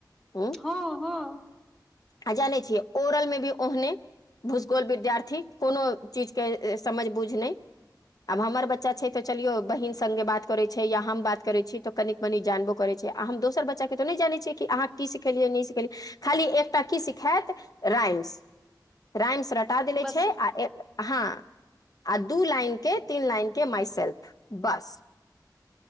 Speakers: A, on the left; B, in the centre.
A: ह्म
B: हँ हँ
A: आ जानै छियै ओरल मे भी ओहने भूसकोल विद्यार्थी कोनो चीज के समझ बुझ नहि आब हमर बच्चा छै तऽ चलियो बहिन संगे बात करे छै या हम बात करै छी त कनीक मनी जानबो करे छै आ हम दोसर बच्चा के तो नहि जानै छियै कि अहाँ की सिखेलियै नहि सिखेलियै खाली एकटा की सिखैत राइम्स राइम्स रटा देले
B: बस
A: छै आ एक आ हँ आ दू लाइन के तीन लाइन के माइ सेेल्फ बस